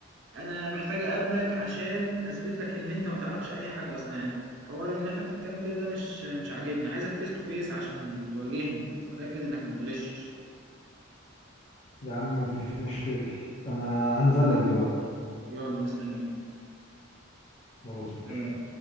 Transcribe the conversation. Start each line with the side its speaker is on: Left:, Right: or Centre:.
Right: انا محتاج اقابلك عشان اثبت لك ان انت ما تعرفش اي حاجه اصلا يعني حوار ان احنا بنتكلم كده ده مش مش عاجبني عايزك فيس تو فيس عشان تواجهني واتاكد انك ما بتغشش
Left: يا عم مفيش مشاكل انا هنزل لك دلوقتي
Right: يلا مستنيك
Left: خلاص ماشي
Right: سلام